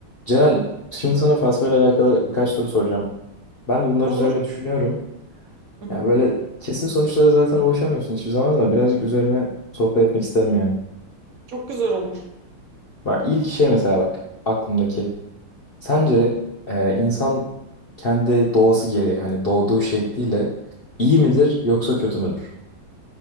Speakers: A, on the left; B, on the right.
A: Ceren, şimdi sana felsefeyle alakalı birkaç soru soracağım. Ben de bunlar
B: Olur.
A: üzerine düşünüyorum.
B: Hı hı.
A: Yani böyle kesin sonuçlara zaten ulaşamıyorsun hiçbir zaman da birazcık üzerine sohbet etmek isterim yani.
B: Çok güzel olur.
A: Bak ilk şey mesela bak aklımdaki. Sence e, insan kendi doğası gereği hani doğduğu şekliyle iyi midir yoksa kötü müdür?